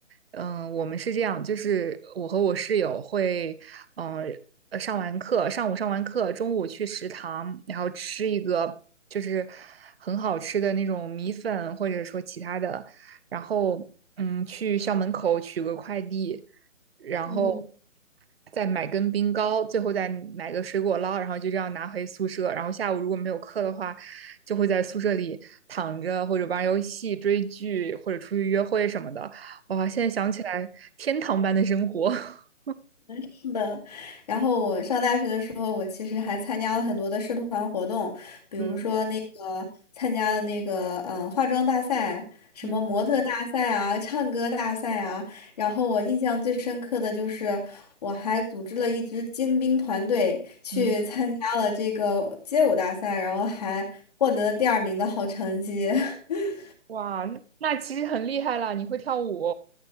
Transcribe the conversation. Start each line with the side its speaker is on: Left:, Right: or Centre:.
Right: 嗯、我们是这样，就是我和我室友会，嗯、呃，上完课，上午上完课，中午去食堂，然后吃一个就是很好吃的那种米粉，或者说其他的，然后嗯，去校门口取个快递，然后
Left: 嗯。
Right: 再买根冰糕，最后再买个水果捞，然后就这样拿回宿舍。然后下午如果没有课的话，就会在宿舍里躺着或者玩游戏、追剧或者出去约会什么的。哇，现在想起来，天堂般的生活。<laughs>
Left: 是的，然后我上大学的时候，我其实还参加了很多的社团活动，比如说那个参加了那个嗯化妆大赛，
Right: 嗯
Left: 什么模特大赛啊，
Right: 嗯
Left: 唱歌大赛啊。然后我印象最深刻的就是，我还组织了一支精兵团队去参加了这个街舞大赛，
Right: 嗯
Left: 然后还获得了第二名的好成绩。<laughs>
Right: 哇，那那其实很厉害了，你会跳舞。